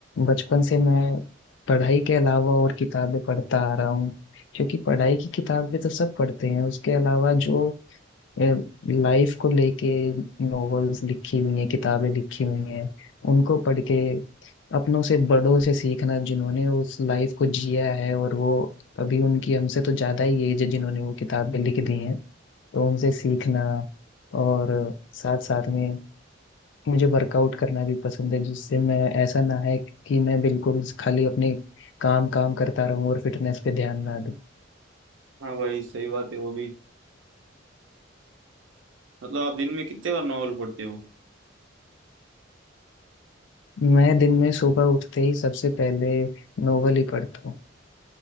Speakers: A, on the left; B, on the right.
A: बचपन से मैं पढ़ाई के अलावा और किताबें पढ़ता आ रहा हूँ क्योंकि पढ़ाई की किताबें तो सब पढ़ते हैं उसके अलावा जो लाइफ को लेके नॉवेल्स लिखी हुई हैं किताबें लिखी हुई हैं उनको पढ़ के अपनों से बड़ों से सीखना जिन्होंने उस लाइफ को जिया है और वो अभी उनकी हमसे तो ज्यादा ही एज है जिन्होंने वो किताबें लिख दी हैं तो उनसे सीखना और साथ साथ में मुझे वर्कआउट करना भी पसंद है जिससे मैं ऐसा ना है कि मैं बिल्कुल खाली अपने काम काम करता रहूं और फिटनेस पे ध्यान ना दूं
B: हाँ भाई सही बात है हॉबी मतलब आप दिन में कितने बार नॉवल पढ़ते हो
A: मैं दिन में सुबह उठते ही सबसे पहले नोवेल ही पढ़ता हूँ